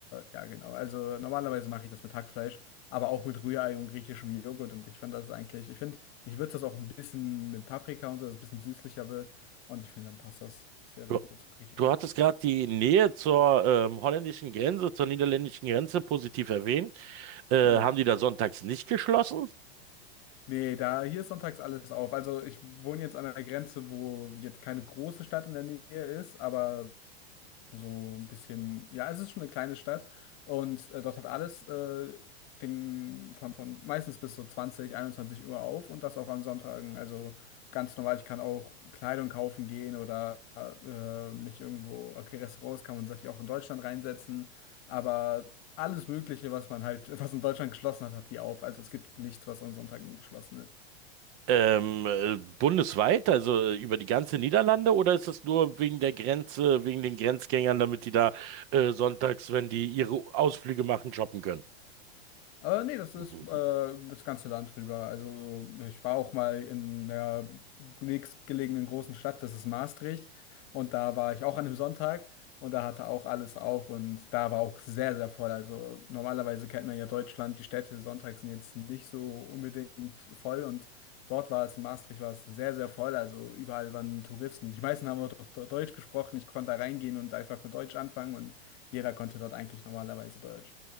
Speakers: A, on the left; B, on the right.
A: ja, genau. Also normalerweise mache ich das mit Hackfleisch, aber auch mit Rührei und griechischem Joghurt. Und ich finde das eigentlich, ich finde, ich würze das auch ein bisschen mit Paprika und so, dass es ein bisschen süßlicher wird. Und ich finde, dann passt das sehr,
B: Du,
A: sehr gut zum Griechischen.
B: du hattest gerade die Nähe zur ähm, holländischen Grenze, zur niederländischen Grenze positiv erwähnt. Äh,
A: Ja.
B: haben die da sonntags nicht geschlossen?
A: Nee, da hier ist sonntags alles auf. Also ich wohne jetzt an einer Grenze, wo jetzt keine große Stadt in der Nähe ist, aber so ein bisschen, ja, es ist schon eine kleine Stadt und äh, dort hat alles äh, den, von, von meistens bis so 20, 21 Uhr auf und das auch an Sonntagen. Also ganz normal, ich kann auch Kleidung kaufen gehen oder äh, mich irgendwo, okay, Restaurants kann man sich auch in Deutschland reinsetzen, aber alles Mögliche, was man halt, was in Deutschland geschlossen hat, hat die auf. Also es gibt nichts, was an Sonntagen geschlossen ist.
B: Ähm, äh, bundesweit, also äh, über die ganze Niederlande, oder ist es nur wegen der Grenze, wegen den Grenzgängern, damit die da äh, sonntags, wenn die ihre Ausflüge machen, shoppen können?
A: Äh, nee, das ist
B: Mhm.
A: äh, das ganze Land rüber. Also ich war auch mal in der nächstgelegenen großen Stadt, das ist Maastricht. Und da war ich auch an einem Sonntag und da hatte auch alles auf und da war auch sehr, sehr voll. Also normalerweise kennt man ja Deutschland, die Städte sonntags sind jetzt nicht so unbedingt voll und dort war es, in Maastricht war es sehr, sehr voll. Also überall waren Touristen. Die meisten haben auch doch Deutsch gesprochen. Ich konnte da reingehen und einfach mit Deutsch anfangen und jeder konnte dort eigentlich normalerweise Deutsch.